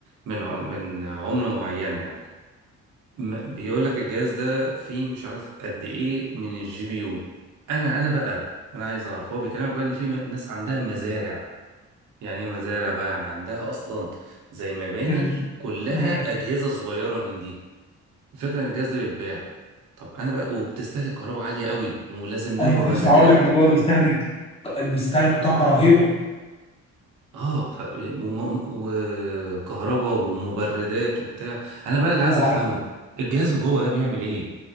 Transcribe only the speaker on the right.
من عم... من عملة معينة يعني ما- بيقول لك الجهاز ده فيه مش عارف قد ايه من الجي بي يو انا انا بقى انا عايز اعرف هو بيكلمك بقى ان في م- ناس عندها مزارع يعني ايه مزارع بقى يعني عندها اصلا زي مباني
كلها
اجهزه صغيره من دي الفكره ان الجهاز ده بيتباع طب انا بقى وبتستهلك كهرباء عاليه قوي ولازم لها
مبردات
وبتاع
اه ف... وم- وكهرباء ومبردات وبتاع انا بقى اللي عايز
افهمه الجهاز جوه ده بيعمل ايه